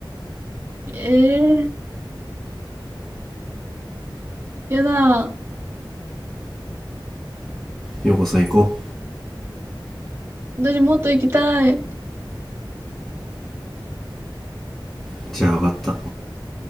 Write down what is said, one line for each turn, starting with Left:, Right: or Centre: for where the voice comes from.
Right: ええー、やだ。
Centre: 陽子さん行こ
Right: 私もっと行きたい。
Centre: うじゃあ分かった